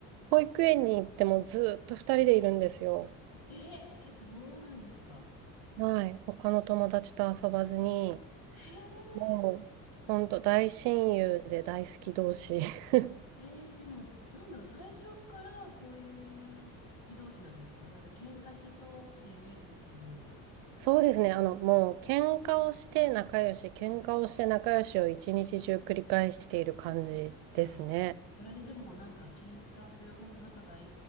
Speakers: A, on the right (about 85°); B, on the left (about 80°).
A: 保育園に行ってもずっと二人でいるんですよ。
B: えー、そうなんですか。
A: はい、他の友達と遊ばずに、
B: へえ
A: もう、ほんと大親友で大好き同士。<laughs>
B: えー、でも、なんだろう、最初からそういう好き同士なんですかなんか喧嘩しそうっていうイメージですけど。
A: そうですね、あの、もう、喧嘩をして仲良し、喧嘩をして仲良しを一日中繰り返している感じですね。
B: あ、それででもなんか喧嘩するほど仲がい